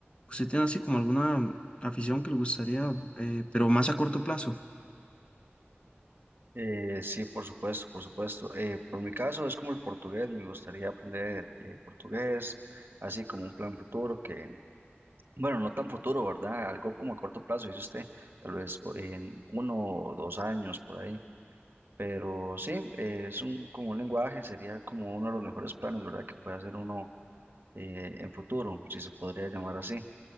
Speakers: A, on the left; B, on the right.
A: ¿Usted tiene así como alguna afición que le gustaría, eh, pero más a corto plazo?
B: Eh, sí, por supuesto, por supuesto. Eh, por mi caso es como el portugués, me gustaría aprender eh, portugués, así como un plan futuro que, bueno, no tan futuro, ¿verdad? Algo como a corto plazo, dice usted, tal vez o- en uno o dos años por ahí. Pero sí, eh, es un, como un lenguaje, sería como uno de los mejores planes, ¿verdad? Que puede hacer uno eh, en futuro, si se podría llamar así